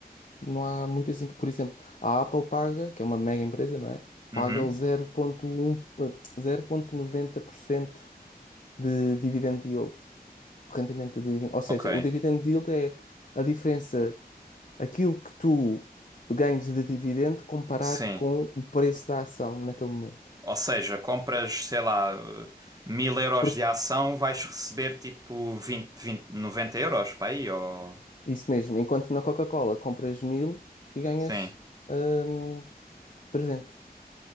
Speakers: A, on the left; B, on the right.
A: Não há muito assim. Por exemplo, a Apple paga, que é uma mega empresa, não é?
B: Uhum.
A: Paga 0.1, eh, zero vírgula noventa por cento de dividend yield, rendimento de dividend. Ou seja,
B: Ok.
A: o dividend yield é a diferença aquilo que tu ganhas de dividendo comparado
B: Sim.
A: com o preço da ação naquele momento.
B: Ou seja, compras, sei lá, uh, mil euros
A: Porque
B: de ação, vais receber tipo 20, 20, 90 euros para aí, ou...
A: isso mesmo, enquanto na Coca-Cola compras mil e ganhas
B: Sim.
A: hum, 300.